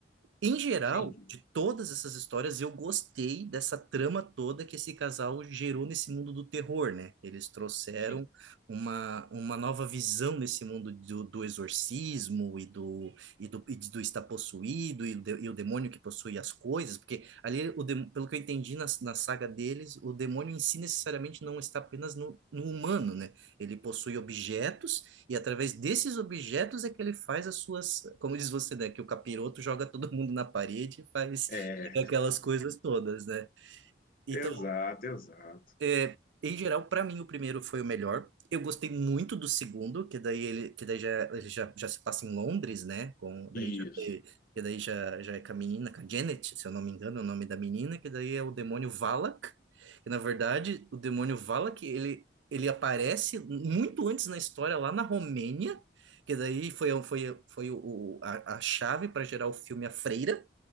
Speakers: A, on the right; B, on the left.
A: em geral,
B: sim,
A: de todas essas histórias, eu gostei dessa trama toda que esse casal gerou nesse mundo do terror, né? Eles trouxeram
B: sim.
A: uma, uma nova visão nesse mundo do, do exorcismo e do, e do, e do estar possuído e, de- e o demônio que possui as coisas, porque ali, o dem- pelo que eu entendi na, na saga deles, o demônio em si necessariamente não está apenas no, no humano, né? Ele possui objetos e através desses objetos é que ele faz as suas, como diz você, né, que o capiroto joga todo mundo na parede e faz
B: É,
A: <laughs> aquelas coisas todas, né? Então
B: exato, exato.
A: é, em geral, para mim, o primeiro foi o melhor. Eu gostei muito do segundo, que daí ele, que daí já, ele já, já se passa em Londres, né? Com, daí
B: Isso,
A: já, te- que daí já, já é com a menina, com a Janet, se eu não me engano, é o nome da menina, que daí é o demônio Valak. E, na verdade, o demônio Valak, ele, ele aparece muito antes na história, lá na Romênia, que daí foi, foi, foi o, o- a, a chave para gerar o filme A Freira